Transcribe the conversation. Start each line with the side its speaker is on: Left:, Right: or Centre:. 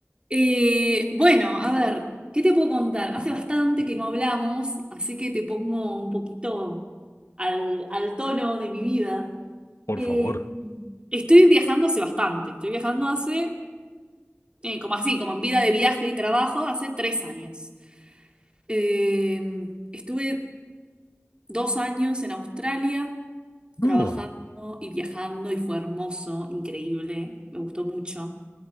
Right: Eh, bueno, a ver, ¿qué te puedo contar? Hace bastante que no hablamos, así que te pongo un poquito al, al tono de mi vida.
Left: por
Right: Eh,
Left: favor.
Right: estoy viajando hace bastante. Estoy viajando hace eh, como así, como en vida de viaje y trabajo, hace tres años. Eh, estuve dos años en Australia
Left: No,
Right: trabajando y viajando y fue hermoso, increíble, me gustó mucho.